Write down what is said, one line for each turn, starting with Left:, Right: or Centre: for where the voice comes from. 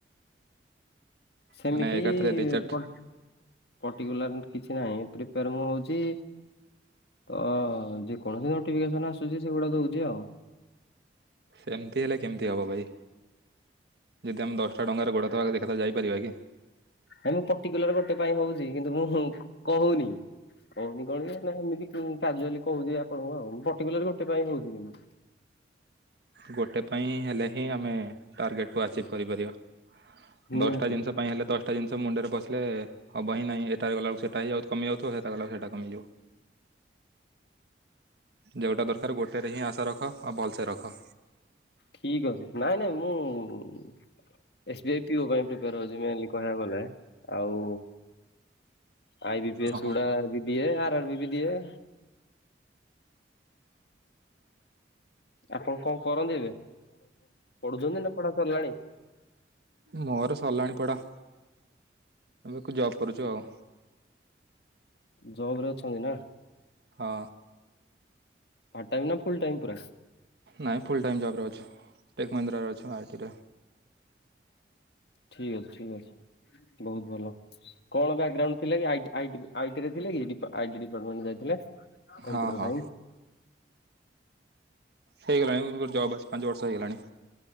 Left: ସେମିତିଟିକୁଲାର
Right: ମାନେ ଏକାଥରେ ଦି ଚାରି
Left: କିଛି ନାହିଁ ପ୍ରିପୋର ମୁଁ ହଉଛି। ଅ ଯେକୌଣସି ନୋଟିଫିକେସନ ଆସୁଛି ସେଗୁଡା ଦଉଛି ଆଉ।
Right: ସେମିତି ହେଲେ କେମିତି ହେବ ଭାଇ ଯଦି ଆମେ ଦଶଟା ଡଙ୍ଗାରେ ଗୋଡ଼ ଦବା ଦେଖ ଯାଇପାରିବା କି।
Left: ନାଇ ମୁଁ ପର୍ଟିକୁଲାର ଗୋଟେ ପାଇଁ ହଉଛି କିନ୍ତୁ ମୁଁ କହୁନି। କହୁନି କଣ ଏମିତି କାଜୁଆଲି କହୁଛିି ଆପଣ ପାଟିକୁଳର ଗୋଟେ ପାଇଁ <unintelligible>
Right: ଗୋଟେ ପାଇଁ ହେଲେ ହିଁ ଆମେ ଟାର୍ଗେଟ ଆସିପ୍ କରିପାରିବା
Left: ନିହାତି
Right: ଦଶଟା ଜିନିଷ ପାଇଁ ହେଲେ ଦଶା ଦଶ ଟା ଜିନିଶ ମୁଣ୍ଡରେ ପଶିଲେ ହବହି ନାହିଁ ଏଟାରେ ଗଲାକୁ ସେଟା ହି ଆଉ କମି ଯାଉଥିବ ସେଟା ଗଲାକୁ ସେଟା କମିଯିବ। ଯେଉଁଟା ଦରକାର ଗୋଟେରେ ହିଁ ଆଶା ରଖ ଆଉ ଭଲସେ ରଖ।
Left: ଠିକ ଅଛି ନାଇଁ ନାଇଁ ମୁଁ ଏସ୍ ବି ଆଇ ପିଇବା ପାଇଁ <unintelligible> ଗଲେ ଆଉ ଆଇ ପି
Right: ଓହୋ
Left: ଗୁଡା ବିଏ ଆର ଆର ବି ଦିଏ। ଆପଣ କଣ କରନ୍ତି ଏବେ ପଢୁଛନ୍ତି ନା ପଢା ସାରିଲାଣି?
Right: ମୋର ସରିଲାଣି ପଡା ଏବେକୁ ଜବ୍ କରୁଛୁ ଆଉ।
Left: ଜବ ରେ ଅଛନ୍ତି ନା?
Right: ହଁ।
Left: ପାର୍ ଟାଇମ୍ ନା ଫୁଲ ଟାଇମ୍ ପୁରା?
Right: ନାହିଁ ଫୁଲ୍ ଟାଇମ୍ ଜବ୍ର ଅଛୁ ଟେକ ମହିନ୍ଦ୍ରା ଅଛୁ ଆଇଟିରେ
Left: ଠିକ ଅଛି ଠିକ ଅଛି ବହୁତ ଭଲ କଣ ବ୍ୟାକଗ୍ରାଉଣ୍ଡ ଥିଲା କି? ଆଇ ଆଇ ଟି ରେ ଥିଲେ କି ଆଇ ଟି ଡିପାର୍ଟମେଣ୍ଟ ଯାଇଥିଲା କମ୍ପ୍ୟୁଟର
Right: ହଁ ହଁ
Left: ସାଇନ୍ସ?
Right: ହେଇଗଲାଣିର ଜବ ଆସିକି ପାଞ୍ଚ ବର୍ଷ ହେଇଗଲାଣି।